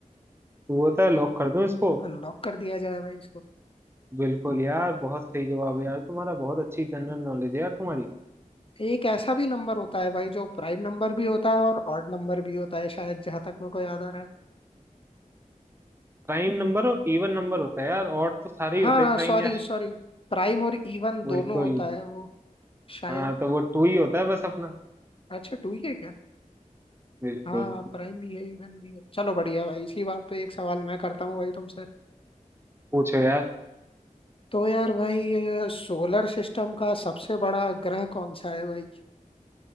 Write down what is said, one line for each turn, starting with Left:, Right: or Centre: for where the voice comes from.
Right: तो वो था लॉक कर दूं इसको
Left: अनलॉक कर दिया जाए भाई
Right: बिल्कुल यार बहुत सही जवाब है यार तुम्हारा बहुत अच्छी जनरल नॉलेज है यार तुम्हारी
Left: एक ऐसा भी नंबर होता है भाई जो प्राइम नंबर भी होता है और ऑड नंबर भी होता है शायद जहां तक मेरे को याद आ रहा है
Right: प्राइम नंबर और इवन नंबर होता है यार और तो सारे
Left: हाँ
Right: ही होते हैं
Left: हाँ
Right: प्राइम
Left: सॉरी
Right: यार
Left: सॉरी प्राइम और इवन दोनों
Right: बिल्कुल
Left: होता है वो शायद
Right: हाँ तो वो टू ही होता है बस अपना
Left: अच्छा टू ही है क्या
Right: बिल्कुल
Left: हाँ प्राइम भी है इवन भी है चलो बढ़िया भाई इसी बात पे एक सवाल मैं करता हूँ भाई तुमसे
Right: पूछो यार
Left: तो यार भाई सोलर सिस्टम का सबसे बड़ा ग्रह कौन सा है भाई